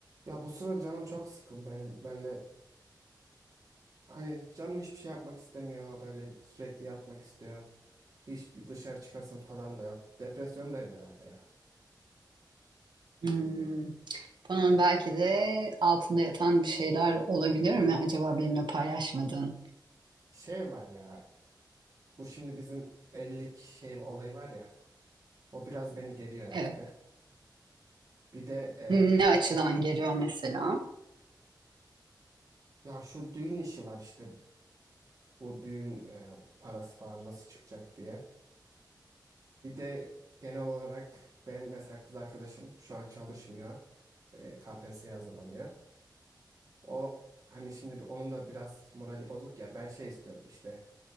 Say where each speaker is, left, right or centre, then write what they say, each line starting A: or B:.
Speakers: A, on the right; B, on the right.
A: Ya bu sıra canım çok sıkın benim böyle hani canım hiçbir şey yapmak istemiyor böyle sürekli yatmak istiyor. Hiçbir dışarı çıkasın falan da yok. Depresyondayım herhalde ya.
B: Hmm. Bunun belki de altında yatan bir şeyler olabilir mi acaba benimle paylaşmadığın?
A: Şey var ya bu şimdi bizim evlilik şey olayı var ya o biraz beni geriyor herhalde.
B: Evet.
A: Bir de
B: Ne açıdan geliyor mesela?
A: e, ya şu düğün işi var işte bu düğün e, parası falan nasıl çıkacak diye. Bir de genel olarak benim mesela kız arkadaşım şu an çalışmıyor. E, KPSS'ye hazırlanıyor. O hani şimdi bir- onun da biraz morali bozuk ya. Ben şey istiyorum işte.